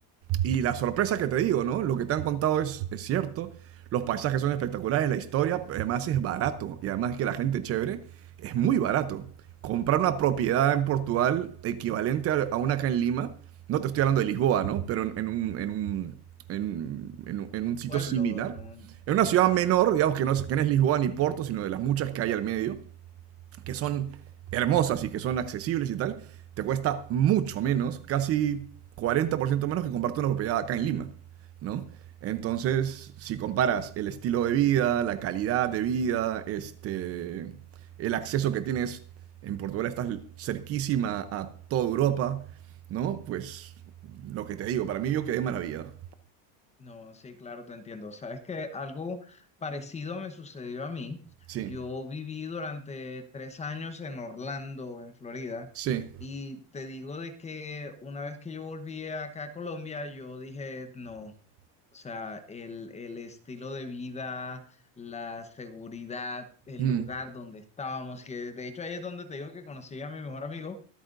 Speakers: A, on the right; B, on the left.
A: Y la sorpresa que te digo, ¿no? Lo que te han contado es, es cierto. Los paisajes son espectaculares, la historia, además es barato. Y además es que la gente es chévere es muy barato. Comprar una propiedad en Portugal equivalente a, a una acá en Lima, no te estoy hablando de Lisboa, ¿no? Pero en, en un, en un en, en- en un sitio
B: Pueblo
A: similar,
B: en un...
A: en una ciudad
B: Ajá.
A: menor, digamos que no, es, que no es Lisboa ni Porto, sino de las muchas que hay al medio, que son hermosas y que son accesibles y tal, te cuesta mucho menos, casi 40% menos que comprarte una propiedad acá en Lima, ¿no? Entonces, si comparas el estilo de vida, la calidad de vida, este, el acceso que tienes en Portugal, estás cerquísima a toda Europa, ¿no? Pues lo que te digo, para mí yo quedé maravillado.
B: No, sí, claro, te entiendo. Sabes que algo parecido me sucedió a mí.
A: Sí.
B: Yo viví durante tres años en Orlando, en Florida,
A: Sí.
B: y te digo de que una vez que yo volví acá a Colombia, yo dije, no, o sea, el, el estilo de vida, la seguridad, el
A: Mm.
B: lugar donde estábamos, que de hecho ahí es donde te digo que conocí a mi mejor amigo